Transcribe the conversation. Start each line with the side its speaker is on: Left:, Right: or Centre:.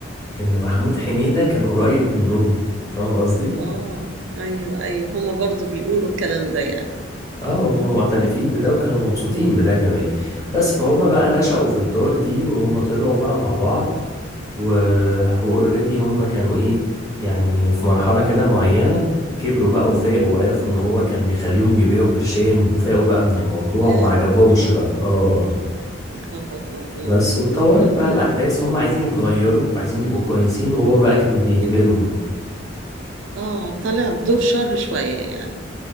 Left: ان محمود حميدة كان قريب منهم فاهم قصدي
Right: اه ايوه ايوه هما برضو بيقولوا الكلام ده يعني
Left: اه هم معترفين بده وكانوا مبسوطين
Right: امم
Left: بده كمان بس فهم بقى نشأوا في الدار دي وهم طلعوا بقى مع بعض و... واوريدي هم كانوا ايه يعني في مرحلة كده معينة كبروا بقى وفاقوا
Right: امم
Left: وعرفوا ان هو كان بيخليهم يبيعوا برشام وفاقوا بقى من الموضوع
Right: ياه
Left: وما عجبهمش بقى اه اه
Right: يا خبر ابيض
Left: بس واتطورت
Right: امم
Left: بقى الاحداث هم عايزين يتغيروا وعايزين يبقوا كويسين وهو بقى كان بيجبرهم
Right: مم. اه طالع بدور شر شوية يعني